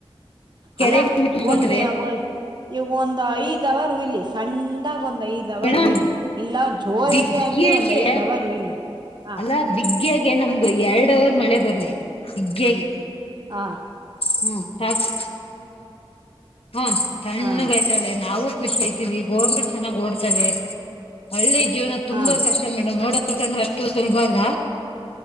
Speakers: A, on the left; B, on the right.
A: ಕೆರೆಗ್
B: ಅಲ್ಲ
A: ನೀರ್ ತುಂಬ್ಕೊಂತವೆ
B: ಒಂದ ಎ ಓಯ್ ಈ ಒಂದ್ ಐದ್ ಅವರ್ ರೂ ಇಲ್ಲಿ ಸಣ್ದಾಗ್ ಒಂದ್ ಐದ್ ಅವರ್
A: ಮೇಡಮ್
B: ಹುಯ್ಲಿ ಇಲ್ಲ ಜೋರ್
A: ಬಿಗ್ಗೆಗೆ
B: ಆಗೇ ಆಗ್ಲಿ ಒಂದ್ ಐದ್ ಅವರ್ ಹುಯಿಲಿ ಹ
A: ಅಲ್ಲಾ ಬಿಗ್ಗೆಗೆ ನಮ್ಗ ಎರಡ್ ಅವರ್ ಮಳೆ ಬರ್ಲಿ ಬಿಗ್ಯಾಗೆ
B: ಆ
A: ಹ್ಮ ಸಾಕು ಹ್ಮ ತಣ್ಣಗ
B: ಹಾ
A: ಆಯ್ತಾಳೆ ನಾವು ಖುಷಿ ಅಯ್ತೀವಿ ಬೋರ್ ಚೆನ್ನಾಗ್ ಓಡ್ತವೆ ಹಳ್ಳಿ ಜೀವನ
B: ಹಾ
A: ತುಂಬ ಕಷ್ಟ ಮೇಡ್ ನೋಡವ್ ಕಣ್ಣಿಗ್ ಅಷ್ಟು ಸುಲ್ಭ ಅಲ್ಲ.